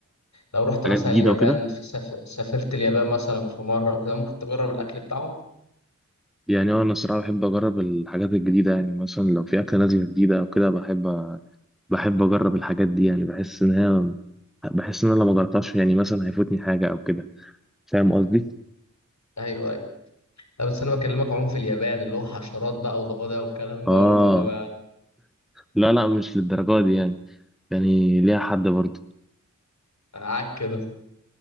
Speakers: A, on the left; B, in the centre.
A: لو رحت
B: حاجات
A: مثلا
B: جديده
A: اليابان
B: وكده
A: في سافر... سافرت اليابان مثلا في مرة وكده ممكن تجرب الاكل بتاعهم
B: يعني انا الصراحه بحب اجرب الحاجات الجديده يعني مثلا لو في اكله نازله جديده او كده بحب أ- بحب اجرب الحاجات دي يعني بحس ان هي بحس ان انا لو ما جربتهاش يعني مثلا هيفوتني حاجه او كده فاهم قصدي
A: مم. ايوه ايوه لا بس انا بكلمك عموما في اليابان اللي هو حشرات بقى وضفادع والكلام
B: اه
A: دوت ولا بقى
B: لا لا مش للدرجه دي يعني يعني ليها حد برضه
A: عك كده